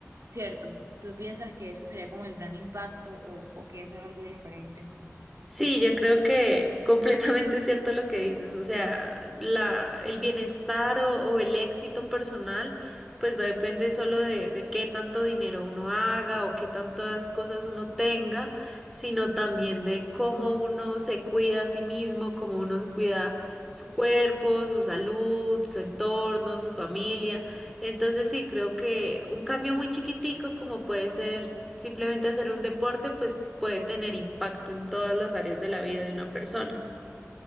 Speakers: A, on the right; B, in the centre.
A: ¿cierto? ¿Tú piensas que eso sería como el gran impacto o, o piensas algo diferente?
B: Sí, yo creo que <laughs> completamente es cierto lo que dices, o sea, la, el bienestar o, o el éxito personal, pues no depende solo de, de qué tanto dinero uno haga o qué tantas cosas uno tenga, sino también de cómo uno se cuida a sí mismo, cómo uno cuida su cuerpo, su salud, su entorno, su familia. Entonces sí, creo que un cambio muy chiquitico como puede ser Simplemente hacer un deporte pues puede tener impacto en todas las áreas de la vida de una persona.